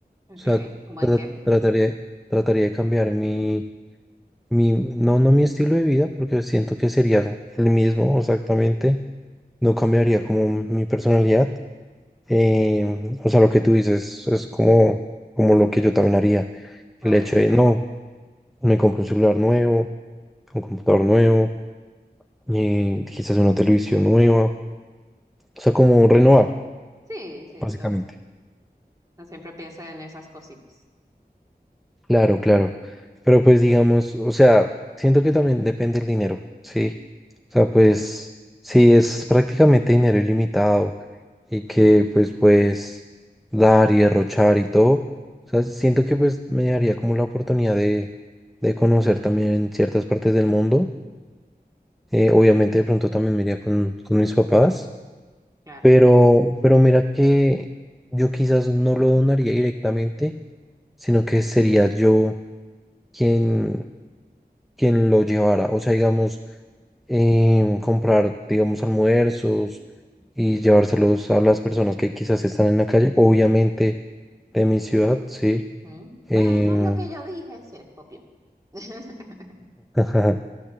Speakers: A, on the right (about 20°); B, in the centre.
A: Okay.
B: o sea,
A: ¿Cómo
B: tra-
A: en qué?
B: trataría, trataría de cambiar mi, mi, no, no mi estilo de vida, porque siento que sería el mismo exactamente, no cambiaría como mi personalidad. Em, o sea, lo que tú dices es como, como lo que yo también haría,
A: Claro.
B: el hecho de, no, me compro un celular nuevo, un computador nuevo eh, quizás una televisión nueva, o sea, como renovar,
A: Sí, sí,
B: básicamente.
A: lo- no siempre pienso en esas cositas.
B: Claro, claro. Pero pues digamos, o sea, siento que también depende el dinero, ¿sí? O sea, pues si es prácticamente dinero ilimitado y que pues puedes dar y derrochar y todo, o sea, siento que pues me daría como la oportunidad de, de conocer también ciertas partes del mundo. Eh, obviamente de pronto también me iría con, con mis papás.
A: Claro.
B: Pero, pero mira que yo quizás no lo donaría directamente, sino que sería yo quien, quien lo llevara. O sea, digamos, em, comprar, digamos, almuerzos y llevárselos a las personas que quizás están en la calle, obviamente de mi ciudad, sí.
A: Mm.
B: Em,
A: Bueno, es lo que yo dije, si eres copión. <laughs>
B: <laughs>